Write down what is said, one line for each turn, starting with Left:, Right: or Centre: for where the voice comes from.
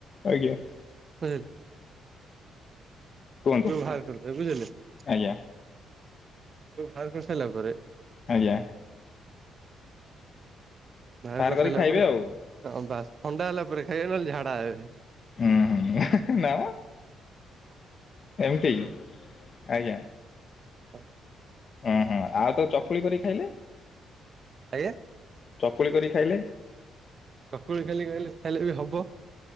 Left: ଆଜ୍ଞା।
Right: <unintelligible> <inaudible> କୁ ବାହାର
Left: କୁହନ୍ତୁ
Right: କରିଦେବେ ବୁଝିଲେ। <unintelligible>
Left: ଆଜ୍ଞା
Right: ହେଲା ପରେ।
Left: ଆଜ୍ଞା।
Right: ବାହାର କରିସାରିଲା
Left: କରିକି ଖାଇବେ
Right: ପରେ
Left: ଆଉ
Right: ହଁ ବାସ୍। ଥଣ୍ଡା ହେଲା ପରେ ଖାଇବେ ନହେଲେ ଝାଡ଼ା <inaudible>
Left: ହୁଁ ହୁଁ ନା ମ ଏମିତି। ଆଜ୍ଞା
Right: ହଁ
Left: ଓ ହ ଆଉ ତ ଚକୁଳି କରି ଖାଇଲେ
Right: ଆଜ୍ଞା
Left: ଚକୁଳି କରି ଖାଇଲେ
Right: କକୁଳି ଖାଲି ଖ ଖାଇଲେ ବି ହବ